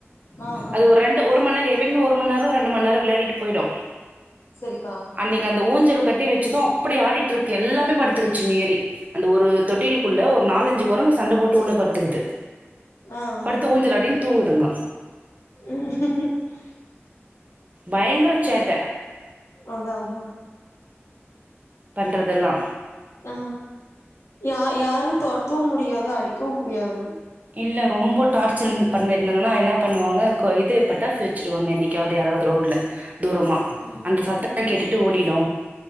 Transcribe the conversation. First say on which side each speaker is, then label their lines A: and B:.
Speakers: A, on the left (about 80°); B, on the right (about 35°).
A: ஆ ஆ
B: அது ஒரு ரெண்டு ஒரு மணி நேரோ எப்புமே ஒரு மணி நேரோ ரெண்டு மணி நேரோ விளையாட்டு போயுடு
A: சரிக்கா
B: அன்னிக்கு அந்த ஊஞ்சல் கட் கட்டி வச்சது அப்டி ஆடிட்ருக்கு எல்லாமே படுத்துக்கிச்சு நேரி அந்த ஒரு தொட்டிலுக்குள்ள ஒரு நாலஞ்சு குரங்கு சண்ட போட்டு உள்ள படுத்துக்குது
A: ஆ ஆ
B: படுத்து ஊஞ்சலாடின் தூங்குதுங்க
A: ம்
B: பயங்கர சேட்ட
A: அதா அதா
B: பண்றதெல்லா
A: ஆ யா யாரு தொரத்தவு முடியாது அடிக்கவு முடியாது
B: இல்ல ரொம்பொ டார்ச்சல் பண்ணிருந்தாங்கனா என்ன பண்ணுவாங்க கோ இது பட்டாசு வச்சுருவாங்க என்னைக்காவ்து யாராவ்து ரோட்ல தூரமா
A: ம்
B: அந்த சத்த
A: ம்
B: கேட்டுட்டு ஓடினு